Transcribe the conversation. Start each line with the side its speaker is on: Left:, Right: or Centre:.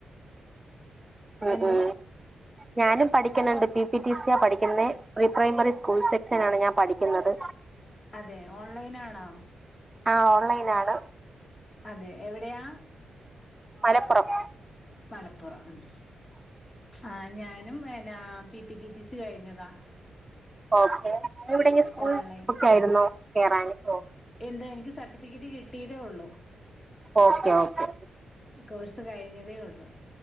Right: ഉം,
Left: എന്തോ?
Right: ഉം. ഞാനും പഠിക്ണ് ണ്ട്. പി ടി ടിസിയാ പഠിക്കുന്നേ പ്രീ പ്രൈമറി സ്കൂൾ സെക്ഷനാണ് ഞാൻ പഠി ക്കുന്നത്.
Left: അതെ. ഓൺലൈനാണോ?
Right: ആഹ് ഓൺലൈനാണ്.
Left: അതെ എവിടെയാ?
Right: മലപ്പുറം.
Left: മലപ്പുറം. ഉം ആഹ് ഞാനും പിന്നെ P P T T C കഴിഞ്ഞതാ.
Right: ഓക്കെ വേറെ എവിടെങ്കും സ്കൂൾ
Left: ഓൺലൈൻ
Right: നോക്കെയിരുന്നോ കേറാനോ
Left: എന്തോ‌ എനിക്ക് സർട്ടിഫിക്കറ്റ് കിട്ടിയതേ ഉള്ളൂ.
Right: ഓക്കെ ഓക്കെ
Left: കോഴ്സ് കഴിഞ്ഞതേ ഒള്ളു.